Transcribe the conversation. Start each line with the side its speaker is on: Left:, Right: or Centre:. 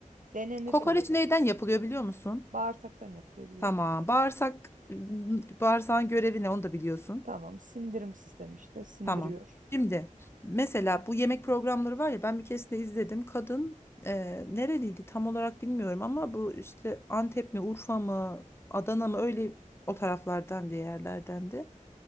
Right: Denenir
Left: Kokoreç
Right: son gün.
Left: neyden yapılıyor biliyor musun?
Right: Bağırsaktan yapılıyor biliyorum.
Left: Tamam. Bağırsak ıı, ıı, bağırsağın görevi ne onu da biliyorsun.
Right: Tamam, sindirim sistemi işte sindiriyor.
Left: Tamam. Şimdi mesela bu yemek programları var ya ben bir keresinde izledim. Kadın e, nereliydi tam olarak bilmiyorum ama bu işte Antep mi Urfa mı Adana mı öyle o taraflardan diye yerlerdendi.